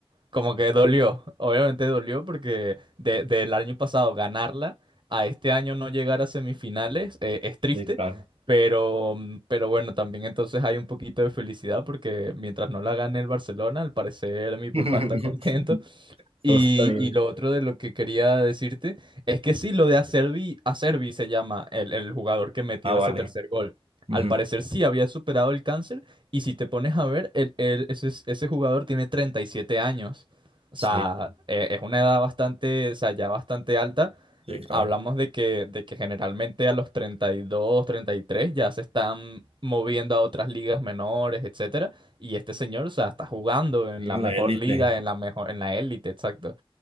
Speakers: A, on the right; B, on the right.
A: como que dolió, obviamente dolió porque de- del año pasado ganarla a este año no llegar a semifinales eh, es triste,
B: sí, claro.
A: pero, pero bueno, también entonces hay un poquito de felicidad porque mientras no la gane el Barcelona, al parecer mi papá
B: <laughs>
A: está contento
B: Entonces
A: y,
B: está bien.
A: y lo otro de lo que quería decirte es que sí, lo de Acerbi, Acerbi se llama el, el jugador que metió
B: Ah, vale.
A: ese tercer gol.
B: Ujú.
A: Al parecer sí había superado el cáncer y si te pones a ver, el, el- ese, ese jugador tiene 37 años. O
B: Sí,
A: sea, eh, es una edad bastante, o sea, ya bastante alta.
B: sí, claro.
A: Hablamos de que, de que generalmente a los treinta treinta y dos treinta y tres ya se están moviendo a otras ligas menores, etcétera y este señor, o sea, está jugando en
B: Bien,
A: la mejor
B: La élite.
A: liga, en la mejor, en la élite, exacto.